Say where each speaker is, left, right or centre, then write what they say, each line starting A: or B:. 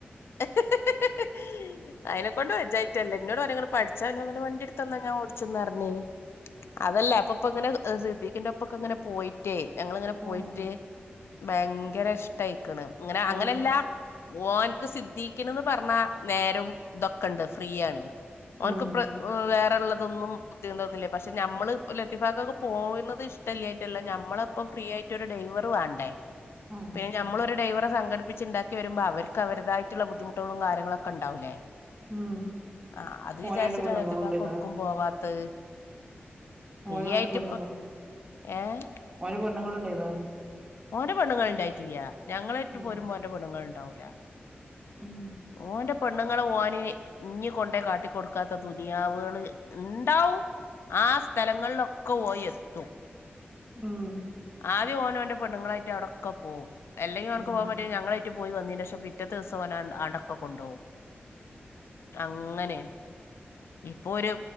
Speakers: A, on the left; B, on the right.
A: <unintelligible> അയിനെക്കൊണ്ട് വെജായിട്ടല്ലേ ഇന്നോട് പറഞ്ഞ് ങ്ങള് പഠിച്ചാ ഞാ പറ്ഞ്ഞ് വണ്ടി ടുത്ത് ന്നാ ഞാ ഓടിച്ചും ന്ന് റ്ഞ്ഞ് അതല്ല ഇപ്പ പ്പ ഇങ്ങനെ എ സിദ്ദീഖിന്റ പ്പക്കെ ഇങ്ങനെ പോയിട്ടെ ഞങ്ങളിങ്ങനെ പോയിട്ട്
B: ആഹ്
A: ഭയങ്കര ഇഷ്ടായിക്ക്ണ് ഇങ്ങനെ അങ്ങനല്ലാ
B: ആഹ്
A: ഓൻക്ക് സിദ്ധിക്ക്ന് പറഞ്ഞ നേരും ഇതൊക്കെണ്ട് ഫ്രീയാണ് ഓൻക്ക്
B: ഉം
A: പ്ര വേറെള്ളതൊന്നും ബുദ്ധി തൊന്നുന്നില്ലേ പക്ഷെനമ്മള് ലത്തിഫാക്കാക്ക്പോണത് ഇഷ്ടല്ലായിട്ടല്ല നമ്മളെ പ്പം ഫ്രീ ആയിട്ടൊരു ഡ്രൈവർ വാണ്ടേ
B: ആഹ്
A: പിന്നെ നമ്മളൊര് ഡൈവറെ സംഘടിപ്പിച്ച് ണ്ടാക്കിവരുമ്പം അവർക്ക് അവരതായിട്ട്ള്ള ബുദ്ധിമുട്ടുകളും കാര്യങ്ങളൊക്കെ ണ്ടാവൂലേ
B: ഉം
A: ആഹ് അത് വിചാരിച്ചിട്ടാ
B: ഓനും ഓന്റെ പെണ്ണുങ്ങളുണ്ടേന്നാ
A: ലത്തീഫാക്ക ഒടുക്കും പോവാത്തെ ഫ്രീ
B: ഓനും ഓന്റെ
A: ആയിട്ട്
B: പെണ്ണുങ്ങളും
A: പ്പം ഏഹ്
B: ഓന് പെണ്ണ്ങ്ങള് ഇണ്ടേന്നോ
A: ഓന്റെ പെണ്ണ്ങ്ങൾ ഇണ്ടായിട്ടില്ല ഞങ്ങളെയിട്ട്
B: ആഹ്
A: പോരുമ്പം ഓന്റെ പെണ്ണ്ങ്ങൾ ഇണ്ടാവൂല്ല
B: ഉം
A: ഓന്റെ പെണ്ണ്ങ്ങൾ ഓന് ഇഞ്ഞ്കൊണ്ടേയി കാട്ടിക്കൊടുക്കാത്ത ദുനിയാവേള് ഇണ്ടാവും ആ സ്ഥലങ്ങളിലൊക്കെ ഓൻ എത്തും
B: ഉം
A: ആദ്യം ഓന്‌ ഓന്റെ പെണ്ണുങ്ങളായിറ്റ് അടൊക്കെ പോവും അല്ലെങ്കി ഓൻക്ക്
B: ആഹ്
A: പോകാൻ ഞങ്ങളായിട്ട് പോയി വന്നിനേഷം പിറ്റേത്ത ദിവസം ഓന് അടൊക്കെ കൊണ്ടോകും അങ്ങനെ ഇപ്പൊ ഓര്